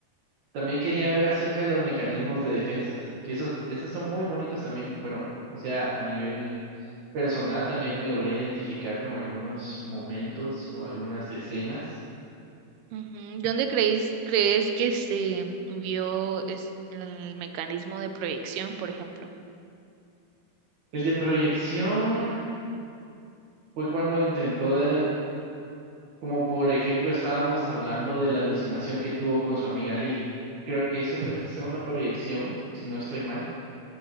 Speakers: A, on the right; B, on the right.
A: También quería ver acerca de los mecanismos de defensas, que esos, esos son muy bonitos también. Bueno, o sea, a nivel personal también me logré identificar con algunos momentos o algunas escenas.
B: Ujú. ¿Dónde creéis, crees que se vio es- el mecanismo de proyección, por ejemplo?
A: El de proyección fue cuando intentó de Como por ejemplo estábamos hablando de la alucinación que tuvo con su amiga Lily. Creo que esa fue quizá una proyección, si no estoy mal.